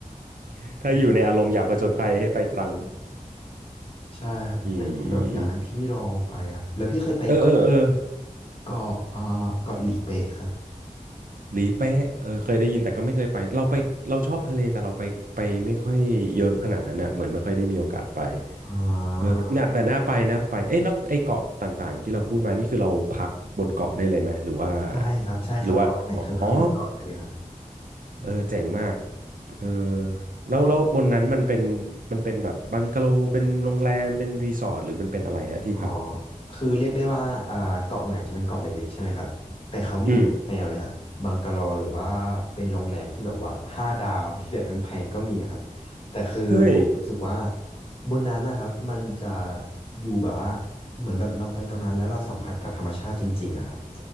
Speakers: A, on the right (about 70°); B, on the left (about 40°).
A: <laughs> ถ้าอยู่ในอารมณ์อยากผจญภัยให้ไปตรัง
B: ยากเลยใช่ครับแต่แบบอยากให้พี่ลองไปครับแล้วพี่เคยไปเกาะ
A: อืมเออเออเออ
B: เกาะเอ่อเกาะหลีเป๊ะครับ
A: หลีเป๊ะเออเคยได้ยินแต่ก็ไม่เคยไปเราไปเราชอบทะเลแต่เราไปไปไม่ค่อยเยอะขนาดนั้นอ่ะเหมือนไม่ค่อยได้มีโอกาสไป
B: อ่า
A: เออน่ะแต่น่าไปน่าไปเอ้ยแล้วไอ้เกาะต่างๆที่เราพูดมานี่คือเราพักบนเกาะได้เลยไหมหรือว่า
B: ใช่ครับใช่ครับเกาะไหนคือพักบนเกาะได้เลยครับ
A: หรือว่าอ๋อ เออเจ๋งมากเออแล้วแล้วบนนั้นมันเป็นมันเป็นแบบบังกะโลเป็นโรงแรมเป็นรีสอร์ทหรือมันเป็นอะไรฮะที่พัก
B: อ๋อคือเรียกได้ว่าอ่าเกาะไหงจะเป็นเกาะเล็กๆใช่ไหมครับแต่เขามีทุกแนวเลยครับบังกะโลหรือว่าเป็นโรงแรมที่แบบว่าห้าดาวที่แบบแพงๆก็มีครับแต่คือผมรู้สึกว่า
A: อืมเฮ้ย
B: บนนั้นนะครับมันจะอยู่แบบว่า เหมือนแบบเราไปตรงนั้นแล้วเราสัมผัสกับธรรมชาติจริงๆอะครับ